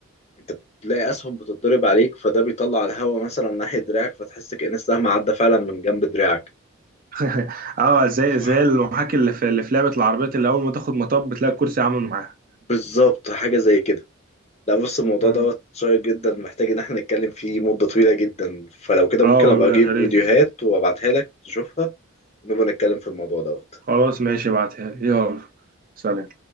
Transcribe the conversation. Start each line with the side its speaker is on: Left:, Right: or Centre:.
Left: انت بتلاقي اسهم بتتضرب عليك فده بيطلع الهوا مثلا ناحية دراعك فتحس كأن السهم عدى فعلا من جنب دراعك
Right: <laughs> اه زي
Left: ف-
Right: زي المحاكي اللي في اللي في لعبه العربيات اللي اول ما تاخد مطب بتلاقي الكرسي عامل معاها
Left: بالظبط حاجة زي كده لا بص الموضوع
Right: اه
Left: دوت شيق جدا محتاج ان احنا نتكلم فيه مدة طويلة جدا فلو كده
Right: اه
Left: ممكن
Right: والله
Left: ابقى اجيب
Right: يا ريت
Left: فيديوهات وابعتها لك تشوفها ونبقى نتكلم في الموضوع دوت
Right: خلاص ماشي ابعتها لي يلا سلام